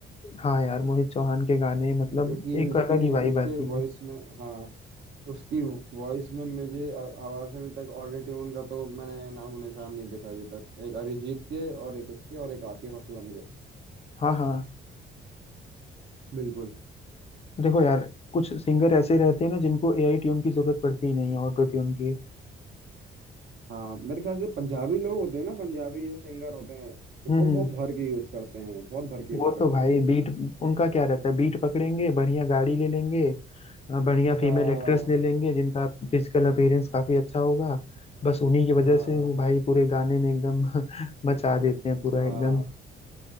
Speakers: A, on the left; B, on the right.
A: हाँ यार मोहित चौहान के गाने मतलब
B: क्योंकि
A: एक
B: उसके
A: अलग ही वाइब
B: उसके
A: आती
B: वॉइस
A: है
B: में हाँ उसकी वॉइस में मुझे आ- आवाज में अभी तक ऑटो ट्यून का तो मैंने नामो निशान नहीं देखा अभी तक एक अरिजीत के और एक इसके और एक आतिफ असलम के
A: हाँ हाँ
B: बिल्कुल
A: देखो यार कुछ सिंगर ऐसे रहते हैं ना जिनको एआई ट्यून की जरूरत पड़ती ही नहीं है ऑटो ट्यून की
B: हाँ मेरे ख्याल से पंजाबी लोग होते हैं ना पंजाबी जो सिंगर होते हैं
A: हम्म
B: वो बहुत
A: हम्म।
B: भर के यूज करते हैं बहुत भर के
A: वो
B: यूज करते
A: तो भाई
B: हैं वो
A: बीट उनका क्या रहता है बीट पकड़ेंगे बढ़िया गाड़ी ले लेंगे अ, बढ़िया
B: हाँ
A: फीमेल एक्ट्रेस ले लेंगे जिनका फिजिकल अपीयरेंस काफी अच्छा होगा बस उन्हीं की वजह
B: हाँ
A: से वो भाई पूरे गाने में एकदम <laughs> मचा देते हैं पूरा
B: हाँ
A: एकदम